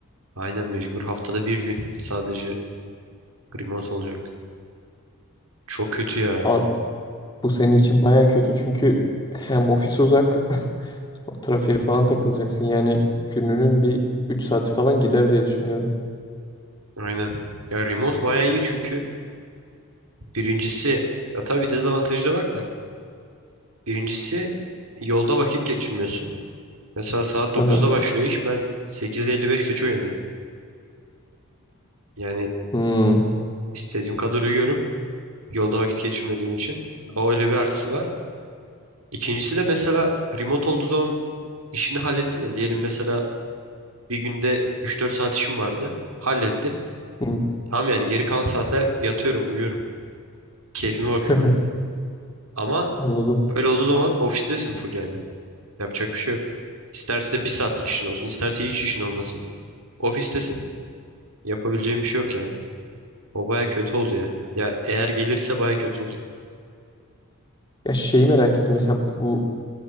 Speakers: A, on the right (about 80°); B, on the left (about 20°).
A: Aynen mecbur. Haftada bir gün sadece remote olacak. Çok kötü ya.
B: Abi, bu senin için baya kötü çünkü hem ofis uzak, <laughs> o trafiğe falan takılacaksın. Yani gününün bir 3 saati falan gider diye düşünüyorum.
A: Aynen. Ya remote bayağı iyi çünkü birincisi ya tabii dezavantajı da var da. Birincisi yolda vakit geçirmiyorsun. Mesela saat dokuzda
B: Aha.
A: başlıyor iş ben sekiz elli beş geç uyanıyorum. Yani
B: Hmm.
A: istediğim kadar uyuyorum. Yolda vakit geçirmediğim için. O öyle bir artısı var. İkincisi de mesela remote olduğu zaman işini hallettin ya. Diyelim mesela bir günde üç dört saat işim vardı. Hallettin.
B: Hmm.
A: Tamam yani geri kalan saatler yatıyorum, uyuyorum. Keyfime bakıyorum
B: <laughs>
A: yani. Ama
B: Anladım.
A: böyle olduğu zaman ofistesin full yani. Yapacak bir şey yok. İsterse bir saatlik işin olsun, isterse hiç işin olmasın. Ofistesin. Yapabileceğim bir şey yok yani. O baya kötü oldu ya. Ya eğer gelirse baya kötü olur.
B: Ya şeyi merak ettim. Mesela bu